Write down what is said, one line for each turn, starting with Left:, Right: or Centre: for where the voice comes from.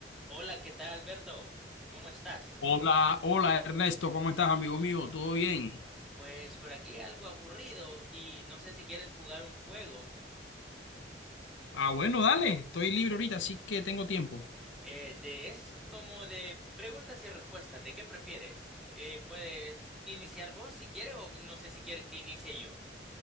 Centre: Hola, ¿qué tal, Alberto? ¿Cómo estás?
Left: Hola, hola Ernesto, ¿cómo estás, amigo mío? ¿Todo bien?
Centre: Pues por aquí algo aburrido y no sé si quieres jugar un juego.
Left: Ah, bueno, dale, estoy libre ahorita, así que tengo tiempo.
Centre: eh, de, es como de preguntas y respuestas. ¿De qué prefieres? Eh, puedes iniciar vos si quieres o no sé si quieres que inicie yo.